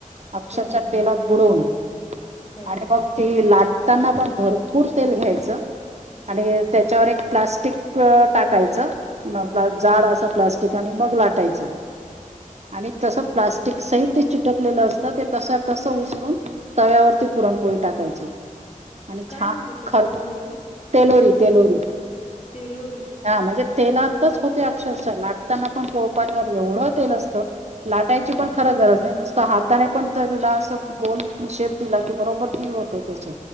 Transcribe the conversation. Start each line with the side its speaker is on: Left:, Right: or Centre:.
Right: अक्षरशः
Left: हम्म हम्म
Right: तेलात बुडवून
Left: हम्म
Right: आणि
Left: हम्म
Right: मग ती लाटताना पण भरपूर तेल घ्यायचं आणि
Left: हं,
Right: त्याच्यावर एक प्लास्टिक टाकायचं प्ला
Left: हं,
Right: जाड
Left: हं.
Right: असं प्लास्टिक आणि मग लाटायचं, आणि तसं प्लास्टिक
Left: हो का?
Right: सहित चिटकलेलं असतं ते तश तस उचलून तव्यावरती पुरणपोळी टाकायची, आणि
Left: काय
Right: छान
Left: म्हणतात त्या
Right: खर
Left: पुरणपोळीला?
Right: तेलोरी तेलोरी
Left: तेलोरी.
Right: हा म्हणजे तेलातच होते अक्षरशः लाटताना पण पोळपाटवर एवढं तेल असतं लाटायची
Left: हं, हं,
Right: पण खरं गरज नाही नुसत हाताने पण त्याला असं गोल शेप दिला की बरोबर ती होते त्याची